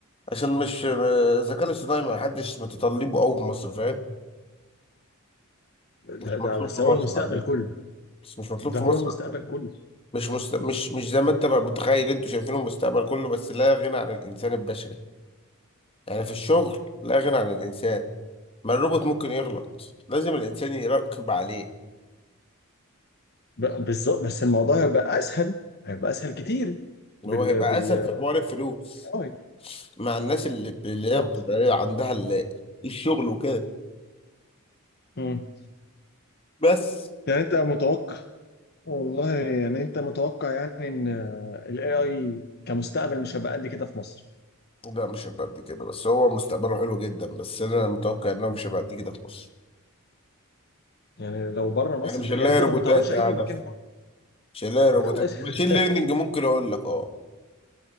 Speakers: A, on the left; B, on the left.
A: عشان مش الذكاء الاصطناعي ما حدش متطلبه قوي في مصر فاهم
B: ده,
A: مش مطلوب
B: ده بس
A: في مصر
B: هو المستقبل
A: عندنا
B: كله
A: بس مش مطلوب
B: ده
A: في
B: هو
A: مصر
B: المستقبل
A: عندنا.
B: كله
A: مش مست... مش مش زي ما انت بقى متخيل انتوا شايفينه المستقبل كله بس لا غنى عن الانسان البشري يعني في الشغل لا غنى عن الانسان ما الروبوت ممكن يغلط لازم الانسان يراقب عليه
B: ب- بالظبط بس الموضوع هيبقى اسهل هيبقى اسهل كتير
A: اللي
B: بال
A: هو هيبقى
B: بال
A: اسهل في حوار الفلوس
B: آه،
A: مع الناس اللي اللي هي
B: بالظبط
A: بتبقى ايه عندها ال- الشغل وكده
B: مم.
A: بس
B: يعني انت متوقع والله يعني انت متوقع يعني ان الاي اي كمستقبل مش هيبقى قد كده في مصر
A: لا مش هيبقى قد كده بس هو مستقبله حلو جدا بس انا متوقع انه مش هيبقى قد كده في مصر
B: يعني لو بره مصر
A: يعني مش
B: ده-
A: هنلاقي
B: يعني انت
A: روبوتات
B: ما تعرفش اي
A: قاعده
B: مكان يروح
A: شغال روبوتات
B: <laughs>
A: ماشين ليرنينج ممكن اقول لك اه